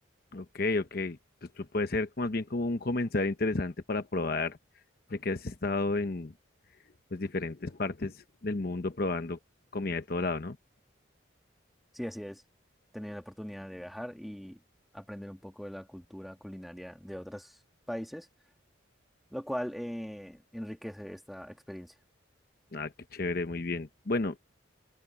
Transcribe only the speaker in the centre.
Sí, así es. Tener la oportunidad de viajar y aprender un poco de la cultura culinaria de otros países, lo cual eh, enriquece esta experiencia.